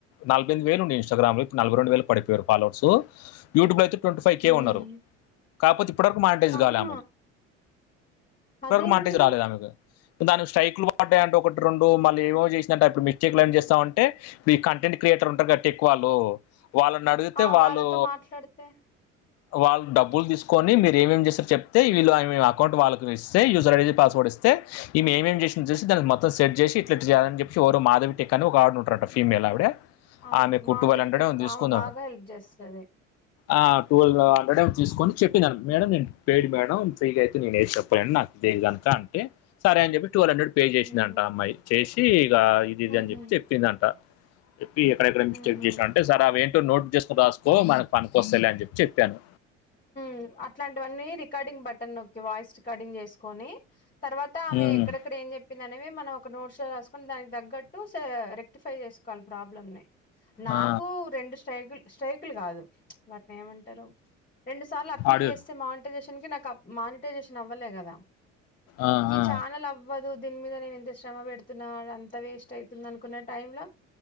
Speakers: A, on the left; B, on the left.
A: నలపై ఎమ్ది వేలుండె ఇన్స్టాగ్రామ్ లో నల్భై రోండు వేలక్ పడిపోయారు ఫాలోర్సు యూట్యూుల అయితే ట్వంటీ ఫైవ్ కే
B: ఉమ్
A: ఉన్నారు కాపోతే ఇప్పటివకు మాంటేజ్
B: ఆహా
A: గాలా ఆమెది ఇంతవర్
B: అదేంది
A: మాంటేజ్ రాల ఆమెది దానికి స్ట్రైక్లు బాటయట ఒకట్ రెండో మళ్ళీ ఏవో జేషిందాంట అప్పుడు మిస్టేక్లు అన్ని జేస్తావుంటే ప్రీ కంటెండ్ క్రియేటర్ ఉంటర్గ టెక్కు వాళ్ళూ వాళ్ళని అడిగితే
B: ఆ
A: వాళ్ళూ
B: వాళ్ళతో మాట్లాడితే
A: వాళ్ళు డబ్బుల్ తీస్కొని మీరు ఏం ఏం జేస్తార్ చెప్తే వీల్లు ఆ యు ఇ ఆ అకౌంట్ వాళ్ళకు ఇస్తే యూజర్ ఐ డి పాస్వర్డ్ ఇస్తే ఈ మే ఏం ఏం జేసిందని జూషి దానిక్ మొత్తం సెట్ జేషి ఇట్లా జేయాలని జేప్పి యవరో మాధవి టేక్ అని ఒగ ఆవిడ ఉంట్రంట ఫీమెయిల్ ఆవిడ
B: అవును
A: ఆమెకు
B: మాధురి
A: టూ థౌసండ్ హండ్రెడ్
B: టెక్
A: తీసుకుందాం
B: ఆవ బాగా హెల్ప్ చేస్సరు
A: ఆ టుల్వ్ హండ్రెడ్ ఏం తీస్కొని చెప్పిన మేడం నేను పెయిడ్ మేడం ఫ్రీగా అయితే నేను ఏం చెప్ ఫ్రెండ్ నాకు దీని గాంత అంటే సరే అని జెప్పి టువెల్ హండ్రెడ్ పే జేషిందంట
B: ఉమ్
A: ఆ అమ్మాయి చేషి ఇగ ఇది
B: ఉహు
A: అని జేప్పి చెప్పిందంట చెప్పి ఎక్కడెక్కడ మిస్చెక్
B: ఉహు
A: జెష్న అంటె సార్ అవి ఏంటో నోట్ జెస్కో రాస్కో మనక్ పనికొ స్తైలే అని జెప్ చెప్పాను
B: ఉ అట్లాంటివన్నీ రికార్డింగ్ బటన్ నొక్కి వాయిస్ రికార్డింగ్ జేస్కొని తర్వాత ఆమె
A: ఉమ్
B: ఎక్కడెక్కడ ఏం జేప్పింది అనేవి మనం ఒక నోడ్స్ లో రాస్కోన్ దానికి దగ్గట్టు సా రే టిఫై చేస్కోవాలి ప్రాబ్లమ్నీ నాకూ
A: ఆ
B: రెండు స్ట్రిగుల్ స్ట్రైకులు గాదు వాట్ని ఏమంటరు తార్ల అప్పీల్
A: ఆడియో
B: జేస్తే మాంటైజేషాన్కి నాక్ అప్ మానిటైజేషన్ అవ్వలేగదా
A: ఆ
B: ఇవి
A: ఆ
B: ఛానల్ అవ్ అవ్వదు దీన్ మీద నేను ఇంత శ్రమ వేడ్తన్నా అదంతా వేస్ట్ అయితుంది అనుకున్న టైమ్ లా